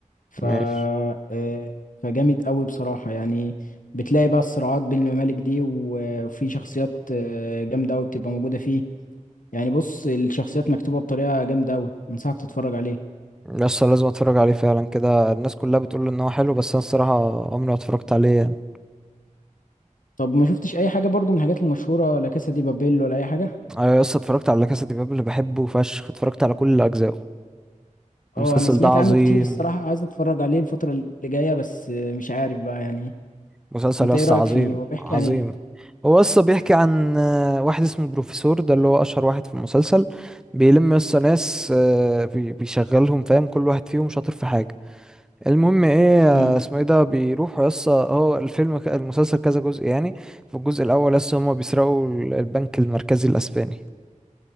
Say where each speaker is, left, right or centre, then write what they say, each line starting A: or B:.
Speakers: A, on the left; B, in the centre.
A: ف
B: ماشي
A: آه، فجامد اوي بصراحة يعني بتلاقي بقى الصراعات بين الممالك دي و- وفي شخصيات آه، جامدة اوي بتبقى موجودة فيه يعني بص الشخصيات مكتوبة بطريقة جامدة أوي أنصحك تتفرج عليه
B: يسا لازم اتفرج عليه فعلا كده الناس كلها بتقول ان هو حلو بس انا الصراحة عمري ما اتفرجت عليه يعني
A: طب ما شفتش أي حاجة برضو من الحاجات المشهورة لا كاسا دي بابيل ولا أي حاجة
B: انا يسا اتفرجت على كاسا دي بابل اللي بحبه فشخ اتفرجت على كل اجزائه المسلسل
A: اه أنا سمعت
B: ده عظيم
A: عنه كتير الصراحة عايز أتفرج عليه الفترة اللي جاية بس آه، مش عارف بقى يعني
B: مسلسل
A: أنت
B: يس
A: إيه رأيك
B: عظيم
A: فيه هو بيحكي
B: عظيم
A: عن إيه؟
B: هو يس بيحكي عن آه، واحد اسمه بروفيسور ده اللي هو اشهر واحد في المسلسل بيلم يس ناس آه، بي- بيشغلهم فاهم كل واحد فيهم شاطر في حاجة المهم ايه آه،
A: مم.
B: اسمه ايه ده بيروحوا يس هو الفيلم ك- المسلسل كذا جزء يعني في الجزء الاول يس هما بيسرقوا ال- البنك المركزي الاسباني